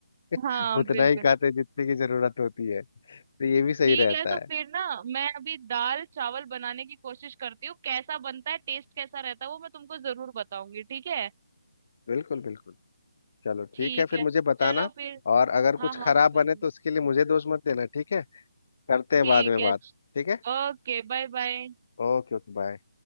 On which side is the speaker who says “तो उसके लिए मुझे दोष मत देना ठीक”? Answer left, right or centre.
Left